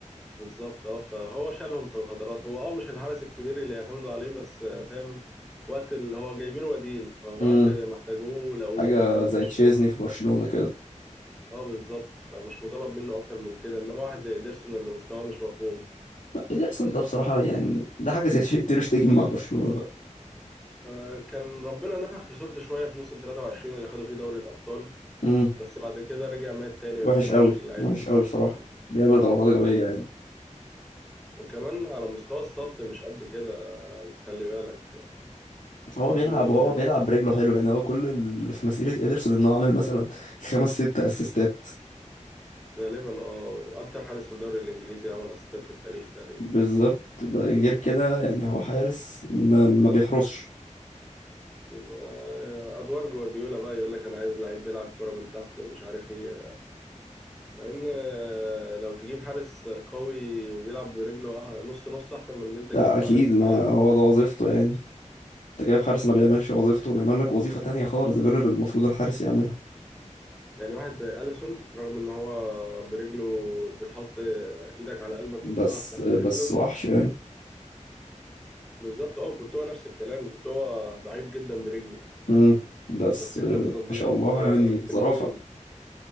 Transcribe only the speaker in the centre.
بالظبط اه فهو شالهم في الهدرات هو اه مش الحرس الكبير اللي يعتمدوا عليه بس آه، فاهم وقت اللي هو جايبينه بديل فوقت
ما احتاجوه لقوه
فاهم
مش
اه بالظبط فمش مطالب منه اكتر من كده انما واحد زي ادرسون اللي مستواه مش مفهوم
آه، كان ربنا نفخ في صورته شويه في موسم 23 اللي خدوا فيه دوري الابطال
بس بعد كده رجع مات تاني ما
تفهمش
اللي
آه.
وكمان على مستوى الصد مش قد كده خلي بالك برضو
م-
غالبا اه اكتر حارس في الدوري الانجليزي عمل اسيستات في التاريخ تقريبا
آه، ادوار جوارديولا بقى يقول لك انا عايز لعيب بيلعب كرة من تحت ومش عارف ايه مع ان آه، لو تجيب حارس قوي وبيلعب برجله أه- نص نص احسن من ان انت تجيب
حارس
آه،
يعني واحد زي اليسون رغم ان هو برجله بتحط آه، ايدك على قلبك
والكرة في تحت
رجله
بالظبط اه كورتوا نفس الكلام كورتوا ضعيف جدا برجله
بس
كانت
تصديات
آه،
تنين